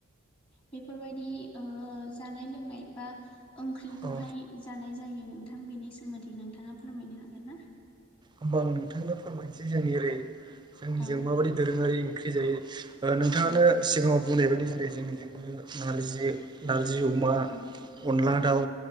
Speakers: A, on the left; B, on the right.
A: बेफोरबायदि ओ जानाय लोंनाय बा ओंख्रिखौहाय
B: औ
A: जानाय जायो। नोंथां बेनि सोमोन्दै नोंथाङा फोरमायनो हागोन ना?
B: होमबा आं नोंथांनो फोरमायनोसै जोंनि ओरै जोंनिजों
A: औ
B: माबायदि दोरोङारि ओंख्रि जायो। नोंथाङानो
A: औ
B: सिगाङाव बुंनाय बायदि जेरै जोंनिजोंबो नारजि नारजि जि अमा,
A: औ
B: अनला दाउ